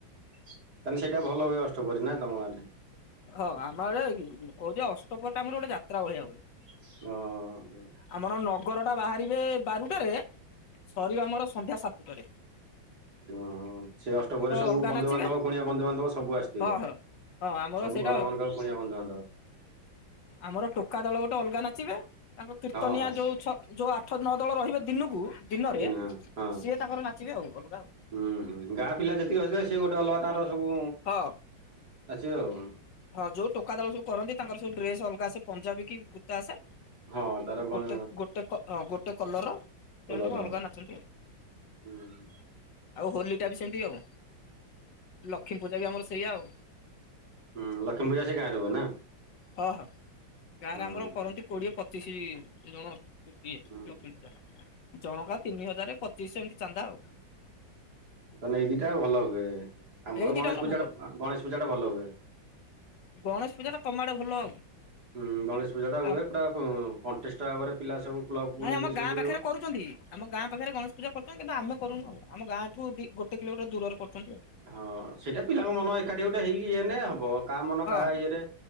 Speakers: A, on the right (about 55°); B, on the left (about 65°).
A: ତାହାନେ ସେଇଟା ଭଲ ହୁଏ ଅଷ୍ଟପ୍ରହରୀ ନା ତମ ଗାଁରେ?
B: ହଁ ଆମ ଆଡେ କହୁଚି ପା ଅଷ୍ଟପ୍ରହରିଟା ଆମର ଗୋଟେ ଯାତ୍ରା ଭଳିଆ ହୁଏ।
A: ହଁ।
B: ଆମର ନଗର ଟା ବାହାରିବେ ବାରୁଟାରେ ସରିବ ଆମର ସନ୍ଧ୍ୟା ସାତୁଟାରେ।
A: ହୁଁ ସେ ଅଷ୍ଟ ପ୍ରହରିରେ ସବୁ
B: ଅଲଗା
A: ବନ୍ଧୁବାନ୍ଧବ
B: ନାଚିବେ
A: କୁଣିଆ ବନ୍ଧୁବାନ୍ଧବ ସବୁ ଆସ ଥିବେ।
B: ହଁ ହଁ ହଁ ଆମର
A: ସବୁ
B: ସେଇଟା
A: ଘର ମାନଙ୍କରେ କୁଣିଆ ବନ୍ଧୁ ବାନ୍ଧବ।
B: ଆମର ଟୋକା ଦଳ ଗୋଟେ ଅଲଗା ନାଚିବେ ତାଙ୍କ କୀର୍ତ୍ତନିଆ
A: ହଁ ହଁ
B: ଯୋଉ ଛ ଯୋଉ ଆଠ ନଅ ଦଳ ରହିବେ ଦିନକୁ ଦିନରେ
A: ଦିନ
B: ସିଏ
A: ହଁ।
B: ତାଙ୍କର ନାଚିବେ ଆଉ ଅଲଗା ଆଉ।
A: ହୁଁ ହୁଁ ଗାଁ ପିଲା ଯେତିକି ଅଛେ ସିଏ ଗୋଟେ ଅଲଗା ତାଙ୍କର ସବୁ
B: ହଁ।
A: ନାଚିବେ ଆଉ।
B: ହଁ ଯୋଉ ଟୋକା ଦଳ ସବୁ କରନ୍ତି ତାଙ୍କର ସବୁ ଡ୍ରେସ ଅଲଗା ଆସେ ପଞ୍ଜାବୀ କି କୁର୍ତ୍ତା ଆସେ
A: ହଁ ତାର କଣ
B: ଗୋଟେ ଗୋଟେ କ ଅ ଗୋଟେ କଲରର ସେମାନେ
A: କଲର
B: ତାଙ୍କ ଅଲଗା ନାଚନ୍ତି ଆଉ।
A: ହୁଁ।
B: ଆଉ ହୋଲିଟା ବି ସେମିତି ଆଉ ଲକ୍ଷ୍ମୀ ପୂଜା ବି ଆମର ସେଇଆ ଆଉ।
A: ହୁ ଲକ୍ଷ୍ମୀ ପୂଜା ସେ ଗାଁରେ ହୁଏ ନା?
B: ହଁ ହଁ ଗାଁରେ
A: ହୁଁ
B: ଆମର କରନ୍ତି କୋଡିଏ ପଚିଶି ଜଣ। ଇଏ
A: ହୁଁ
B: ଲକ୍ଷ୍ମୀ ପୂଜା ଜଣକା ତିନି ହଜାର ପଚିଶହ ଏମିତି ଚାନ୍ଦା ଆଉ।
A: ତାହାଲେ ଏଇ ଦିତାଟା ଭଲ ହୁଏ। ଆମର
B: ଏଇ ଦିଟା
A: ଗଣେଶ ପୂଜାଟା
B: ଭଲ।
A: ଗଣେଶ ପୂଜା ଟା ଭଲ ହୁଏ।
B: ଗଣେଶ ପୂଜା ଟା ତମ ଆଡେ ଭଲ ଆଉ।
A: ହୁଁ ଗଣେଶ ପୂଜା ଟା
B: ଆ
A: ହୁଏ ପୁରା କଣ୍ଟେଷ୍ଟ ଭାବରେ ପିଲା ସବୁ କ୍ଲବକୁ
B: ନାଇଁ
A: ନେଇକି
B: ଆମ
A: ସବୁ
B: ଗାଁ ପାଖରେ
A: ହଁ
B: କରୁଛନ୍ତି ଆମ ଗାଁ ପାଖରେ ଗଣେ ପୂଜା କରୁଛନ୍ତି କିନ୍ତୁ ଆମେ କରୁନୁ ଆଉ। ଆମ ଗାଁଠୁ ଦି ଗୋଟେ କିଲୋମିଟର ଦୂରରେ କରୁଛନ୍ତି ଆଉ
A: ହଁ ସେଇଟା ପିଲାଙ୍କ ମନ ଏକାଠି ଗୋଟେ ହେଇକି ଇଏନେ ହବ। କା ମନ
B: ହଁ
A: କାହା ଇଏରେ